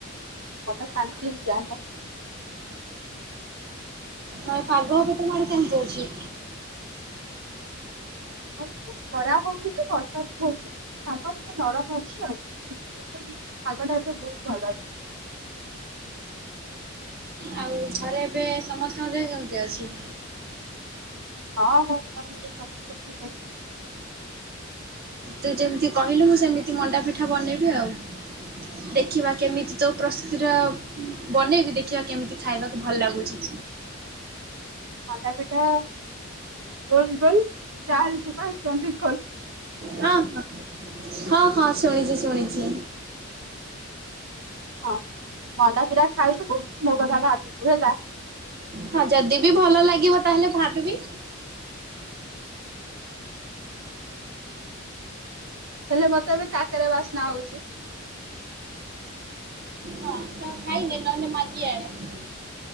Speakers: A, on the right; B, on the right.
A: ମନ ଶାନ୍ତି ହେଇ ଯାଆନ୍ତା
B: ନାଇଁ ପାଗ ଏବେ ତମ ଆଡେ କେମିତି ଅଛି?
A: ହଁ ଦିଦି ଖରା ହଉନି କି ବର୍ଷା ବି ହଉନି ପାଗ ଟିକେ ନରମ ଅଛି ଆଉ। ପାଗଟା ଏବେ ବହୁତ୍ ଭଲ ଅଛି <unintelligible>
B: ଆଉ ଘରେ ଏବେ ସମସ୍ତଙ୍କ ଦେହ କେମିତି ଅଛି?
A: ହଁ ମୋ ଫ୍ୟାମିଲି ରେ ସମସ୍ତେ ଠିକ୍ ଅଛନ୍ତି।
B: ତୁ ଯେମିତି କହିଲୁ ମୁଁ ସେମିତି ମଣ୍ଡା ପିଠା ବନେଇବି ଆଉ। ଦେଖିବା କେମିତି ତୋ ପ୍ରସ୍ତୁତି ଟା ବନେଇବି ଦେଖ ଦେଖିଆ କେମିତି ଖାଇବାକୁ ଭଲ ଲାଗୁଛି।
A: ମଣ୍ଡା ପିଠା ଗୋଲ୍ ଗୋଲ୍ ଚାଲ୍ ଯିବା ଚଣ୍ଡିଖୋଲ୍।
B: ହଁ, ହଁ, ହଁ, ହଁ ଶୁଣିଛି ଶୁଣିଛି।
A: ହଁ ମଣ୍ଡାପିଠା ଖାଇଥିବୁ ମୋ କଥା ଭାବିବୁ ହେଲା।
B: ହଁ ଯଦି ବି ଭଲ ଲାଗିବ ତାହେଲେ ଭାବିବି।
A: ହେଲେ ମତେ ଏବେ କାକେରା ବାସ୍ନା ହଉଛି।
B: ହଁ ତ ଖାଇ ଯେ ନ ହେଲେ ମାଗି ଆଣେ <unintelligible>